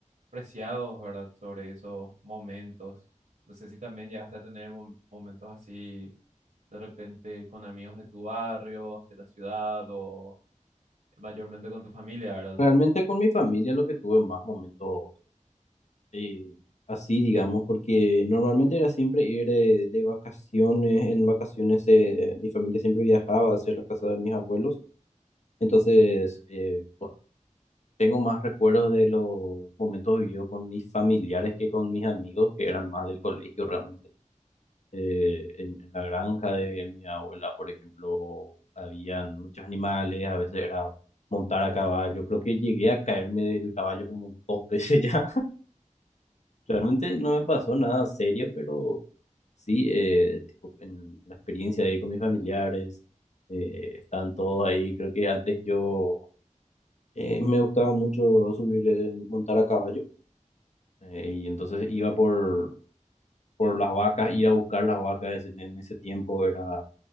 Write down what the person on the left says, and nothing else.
Realmente con mi familia lo que tuve más momentos eh, así, digamos, porque normalmente era siempre ir de, de vacaciones, en vacaciones eh, mi familia siempre viajaba hacia la casa de mis abuelos, entonces eh, pues, tengo más recuerdos de los momentos vividos con mis familiares que con mis amigos, que eran más del colegio realmente. Eh, en, en la granja de mi abuela, por ejemplo, habían muchos animales, a veces era montar a caballo, creo que llegué a caerme del caballo como dos veces <laughs> ya. Realmente no me pasó nada serio, pero Sí, eh, tipo, en la experiencia ahí con mis familiares, eh, están todos ahí. Creo que antes yo eh, me gustaba mucho subir, en- montar a caballo, eh, y entonces iba por, por las vacas, ir a buscar las vacas en, en ese tiempo era